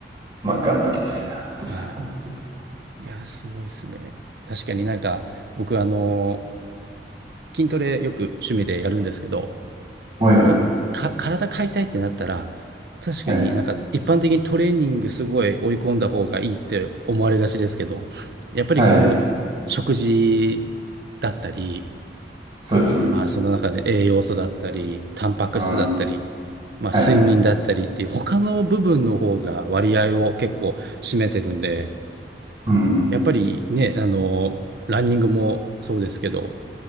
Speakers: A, on the right (about 35°); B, on the right (about 60°).
A: まあ、頑張りたいなって思ってた。
B: はい。いや、すごいですね。確かになんか、僕あの筋トレよく趣味でやるんですけど、
A: おいおい。
B: なんか、か、体変えたいってなったら、確かになんか一般的にトレーニングすごい追い込んだ方がいいって思われがちですけど、
A: はい。
B: やっぱりこう、
A: はい。
B: 食事だったり、
A: そうですね。
B: まあその中で栄養素だったり、タンパク質だったり、
A: うん。
B: まあ睡眠だったりっていう他の部分の方が割合を結構占めてるんで、
A: はい。うん。
B: やっぱりね、あの、ランニングもそうですけど、